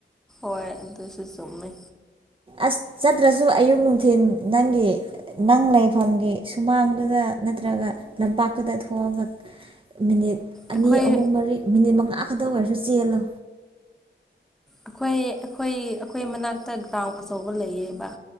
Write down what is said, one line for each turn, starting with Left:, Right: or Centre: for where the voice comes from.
Centre: ꯍꯣꯏ ꯑꯗꯨ ꯁꯨꯆꯨꯡꯃꯦ
Right: ꯑꯁ ꯆꯠꯇ꯭ꯔꯁꯨ ꯑꯌꯨꯛ ꯅꯨꯡꯊꯤꯟꯜ ꯅꯪꯒꯤ ꯅꯪ ꯂꯩꯐꯝꯒꯤ ꯁꯨꯃꯥꯡꯗꯨꯗ ꯅꯠꯇ꯭ꯔ ꯔꯒ ꯂꯝꯄꯥꯛꯇꯨꯗ ꯊꯣꯛꯑꯒ ꯃꯤꯅꯤꯠ ꯑꯅꯤ
Centre: ꯑꯩꯈꯣꯏ
Right: ꯑꯍꯨꯝ ꯃꯔꯤ ꯃꯤꯅꯤꯠ ꯃꯉꯥ ꯈꯛꯇꯪ ꯑꯣꯏꯔꯁꯨ ꯆꯦꯜꯂꯣ
Centre: ꯑꯩꯈꯣꯏ ꯑꯩꯈꯣꯏ ꯑꯩꯈꯣꯏ ꯃꯅꯥꯛꯇ ꯒ꯭ꯔꯥꯎꯟ ꯑꯆꯧꯕ ꯂꯩꯌꯦꯕ